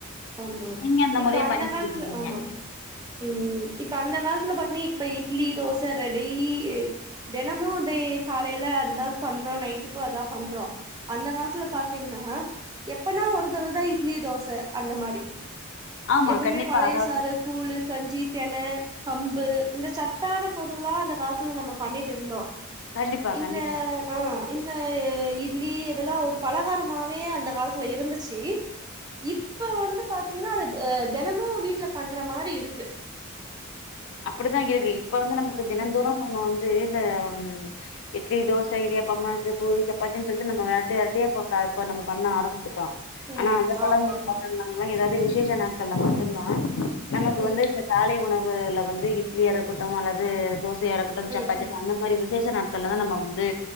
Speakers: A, on the right; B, on the left.
A: ஆமா
B: நீங்க
A: இப்ப
B: முறைய
A: அந்த
B: பயன்படுத்திட்டு
A: காலத்துல
B: இருக்கீங்க
A: ஆமா ம் இப்ப அந்த காலத்துல பாத்தீன்னா இப்ப இட்லி தோச ரெடி தெனமு காலைல அதுதா பண்றோ நைட்டுக்கு அதா பண்றோ அந்த காலத்துல பாத்தீங்கன்னா எப்பனா ஒரு தடவ தா இட்லி தோச அந்த மாரி
B: ஆமா
A: எப்பமே
B: கண்டிப்பா
A: பழைய
B: அதாவது
A: சாறு கூழு கஞ்சி தெண கம்பு இந்த சத்தான பொருள்ல்லா அந்த காலத்துல நம்ம பண்ணிட்டு இருந்தோ
B: கண்டிப்பா
A: இந்த
B: கண்டிப்பா
A: ஆ இந்த இட்லி இதெல்லா ஒரு பலகாரமாவே அந்த காலத்துல இருந்துச்சி இப்ப வந்து பாத்தீங்ன்னா அது அ தெனமு வீட்ல பண்ற மாரி இருக்கு
B: அப்டித்தா இருக்கு இப்ப வந்து நமக்கு தினம்
A: ம்
B: தோரும் நம்ம வந்து இந்த ம் இட்லி தோச இடியாப்பம்மாது பூரி சப்பாத்தின்னு சொல்லிட்டு நம்ம விரட்டி விரட்டியா போ இப்ப நம்ம பண்ண ஆரம்பிச்சிடோ
A: ம்
B: ஆனா அந்த காலங்கல
A: ஆமா ஆமா
B: பாத்திகனா இல்ல ஏதாவுது விசேஷ நாட்கள்ல மட்டு தா நமக்கு
A: ம்
B: வந்து இந்த காலை உணவுல வந்து இட்லி இருக்கட்டு அல்லது தோசையா இருக்கட்டு
A: ம்
B: சப்பாத்திகு
A: ம்
B: கானு இந்த மாரி விசேஷ நாட்கள தான் நம்ம வந்து